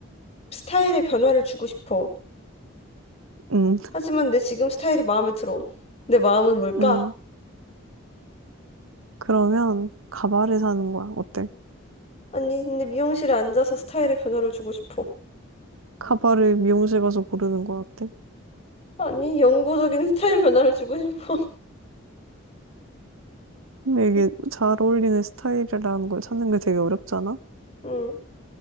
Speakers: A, on the left (about 30°); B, on the right (about 85°).
A: 스타일에 변화를 주고 싶어.
B: 음,
A: 하지만 내 지금 스타일이 마음에 들어. 내 마음은 뭘까?
B: 음. 그러면 가발을 사는 거야. 어때?
A: 아니, 근데 미용실에 앉아서 스타일에 변화를 주고 싶어.
B: 가발을 미용실 가서 고르는 거야. 어때?
A: 아니, 영구적인 <laughs> 스타일 변화를 주고 싶어.
B: 근데 이게
A: <laughs>
B: 잘 어울리는 스타일이라는 걸 찾는 게 되게 어렵잖아?
A: 응,